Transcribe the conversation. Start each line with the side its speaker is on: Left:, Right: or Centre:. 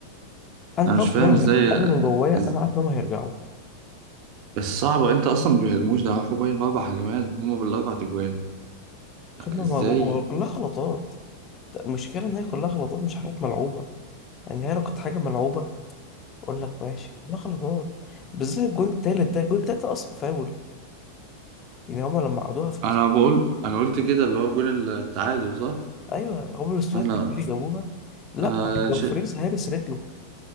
Left: انا
Right: انا
Left: عارف
Right: مش فاهم
Left: انهم هيرجعوا
Right: ازاي
Left: انا من جوايا
Right: إز...
Left: انا عارف انهم هيرجعوا
Right: بس صعبة انت اصلا ما بيهاجموش ده راحوا باين باربع هجمات هما بالاربع تجوان
Left: هم مغ-
Right: ازاي
Left: كلها غلطات المشكله ان هي كلها غلطات مش حاجات ملعوبه يعني هي لو كانت حاجه ملعوبه اقول لك ماشي كلها غلطات بالذات الجون التالت ده الجون التالت ده اصلا فاول يعني هم لما عادوها في الاست...
Right: انا بقول انا قلت كده اللي هو جون التعادل صح
Left: ايوه هم الاستوديو
Right: انا
Left: التكتيكي جابوها لا
Right: انا
Left: لو
Right: ش...
Left: فريز هارس رجله